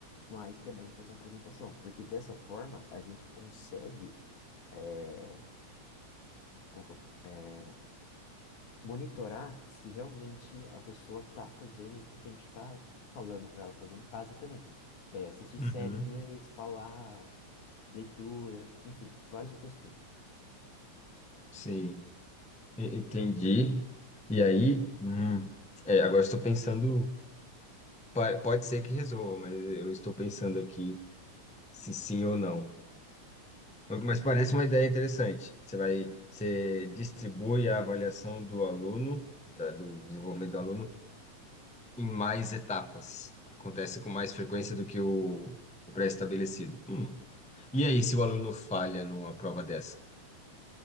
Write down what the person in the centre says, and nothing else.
Uhum.
Sim, e- entendi. E aí, hum, é, agora estou pensando, pa- pode ser que resolva, mas eu estou pensando aqui se sim ou não. Mas parece uma ideia interessante. Você vai, você distribui a avaliação do aluno, tá, do desenvolvimento do aluno, em mais etapas. Acontece com mais frequência do que o, o pré-estabelecido. Hum. E aí, se o aluno falha numa prova dessa?